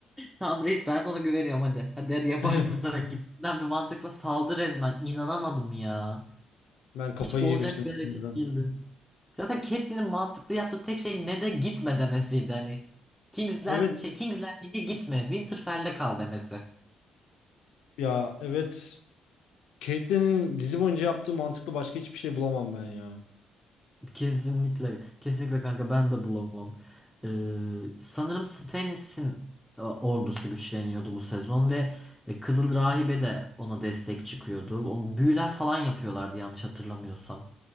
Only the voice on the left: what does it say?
<laughs>
Ben kafayı
yemiştim
sinirden.
Evet
ya evet. Caitlyn'in dizi boyunca yaptığı mantıklı başka hiçbir şey bulamam ben ya.